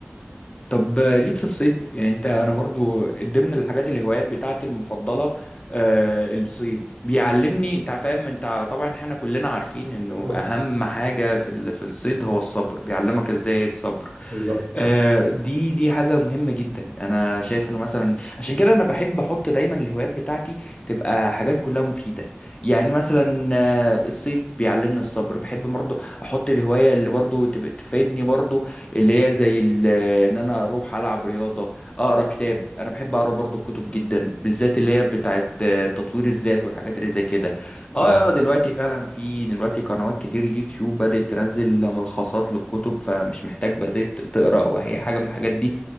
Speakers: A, on the left (about 30°); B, on the right (about 35°).
A: طب آه، ليك في الصيد يعني انت انا برضو ضمن الحاجات الهوايات بتاعتي المفضله آه الصيد بيعلمني انت فاهم انت طبعا احنا كلنا عارفين انه
B: بالظبط
A: اهم حاجه في ال- في الصيد هو الصبر بيعلمك ازاي الصبر
B: بالظبط
A: آه دي دي حاجه مهمه جدا انا شايف انه مثلا عشان كده انا بحب احط دايما الهوايات بتاعتي تبقى حاجات كلها مفيده يعني مثلا آه، الصيد بيعلمني الصبر بحب برضو احط الهوايه اللي برضو تبقى تفيدني برضو اللي هي زي ال- ان انا اروح العب رياضه اقرا كتاب انا بحب اقرا برضو الكتب جدا بالذات اللي هي بتاعه آه، تطوير الذات والحاجات اللي زي كده اه
B: اه
A: آه، دلوقتي فعلا في دلوقتي قنوات كتير يوتيوب بدات تنزل ملخصات للكتب فمش محتاج بدات تقرا وهي حاجه من الحاجات دي